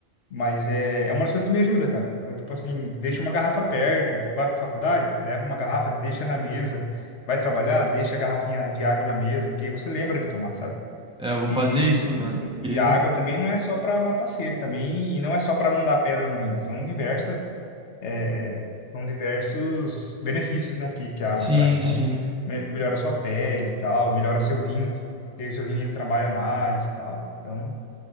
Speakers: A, on the left; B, in the centre.
A: Mas é, é uma das coisas que me ajuda, cara. Então, tipo assim, deixa uma garrafa perto, tipo, vai pra faculdade, leva uma garrafa, deixa na mesa. Vai trabalhar, deixa a garrafinha de água na mesa, que aí você lembra de tomar, sabe?
B: É, eu vou
A: E
B: fazer isso, mano.
A: assim,
B: Porque-
A: e a água também não é só para matar sede também, e não é só para não dar pedra no rim, são diversas é, são diversos benefícios, né, que, que a água
B: Sim,
A: traz. Então,
B: sim.
A: tipo, me- melhora a sua pele e tal, melhora seu rim, porque o seu rim ele trabalha mais, e tal. Então,